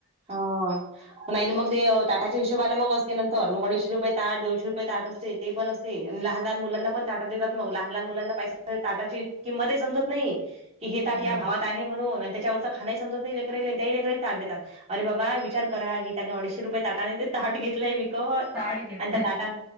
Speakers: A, on the right (about 30°); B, in the centre.
A: हा नाही. मग ते ताटाच्या हिशोबाने मग असते नंतर मग अडीचशे रुपये ताट, दोनशे रुपय ताट असते. ते पण असते आणि लहान लहान मुलाना पण ताट देतात. मग लहान लहान मुलांना पै ताटाची किंमतही समजत नाही. कि हे ताट
B: नाही
A: या भावात आहे म्हणून त्याच्यावरच खानही समजत लेकरांना ताट देतात. अरे बाबा विचार करा की त्यांने अडीचशे रुपये ताने ताट घेतलाय. क
B: ताट घेतलं
A: आणि त्या ताटात